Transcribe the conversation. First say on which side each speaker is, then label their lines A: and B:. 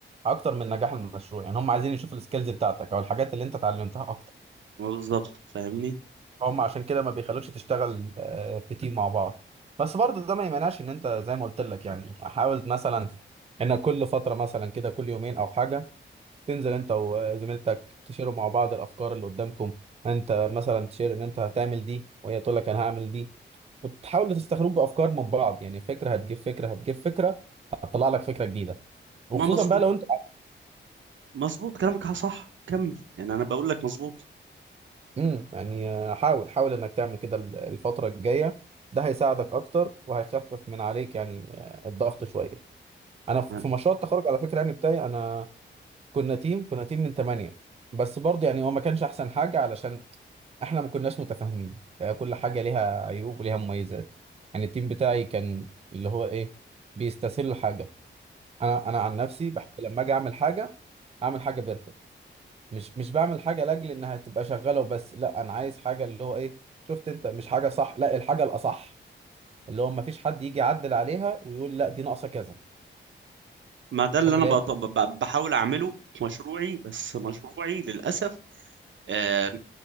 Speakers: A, on the right; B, on the right.
A: اكتر من نجاح المشروع يعني هم عايزين يشوفوا السكيلز بتاعتك او الحاجات اللي انت اتعلمتها اكتر
B: ما بالظبط فاهمني
A: هم عشان كده ما بيخلوكش تشتغل آه، في تيم مع بعض بس برضو ده ما يمنعش ان انت زي ما قلت لك يعني حاول مثلا انك كل فترة مثلا كده كل يومين او حاجة تنزل انت وزميلتك تشيروا مع بعض الافكار اللي قدامكم انت مثلا تشير ان انت هتعمل دي وهي تقول لك انا هعمل دي وتحاولوا تستخرجوا افكار من بعض يعني فكره هتجيب فكره هتجيب فكره هتطلع لك فكره جديده وخصوصا
B: ما مظبوط
A: بقى لو انت
B: مظبوط كلامك صح كمل يعني انا بقول لك مظبوط
A: امم يعني آه، حاول حاول انك تعمل كده ال- الفتره الجايه ده هيساعدك اكتر وهيخفف من عليك يعني آه، الضغط شويه انا في
B: ما
A: في مشروع التخرج على فكره يعني بتاعي انا كنا تيم كنا تيم من ثمانية بس برضه يعني هو ما كانش احسن حاجة علشان احنا ما كناش متفاهمين فكل حاجة ليها عيوب وليها مميزات يعني التيم بتاعي كان اللي هو ايه بيستسهلوا حاجة انا انا عن نفسي بحب لما اجي اعمل حاجة اعمل حاجة بيرفكت مش مش بعمل حاجة لاجل انها تبقى شغالة وبس لا انا عايز حاجة اللي هو ايه شفت انت مش حاجة صح لا الحاجة الاصح اللي هو ما فيش حد يجي يعدل عليها ويقول لا دي ناقصة كذا
B: ما ده اللي
A: احب
B: انا
A: اللي
B: بط-
A: هي
B: ب- بحاول اعمله في مشروعي بس مشروعي للاسف آه،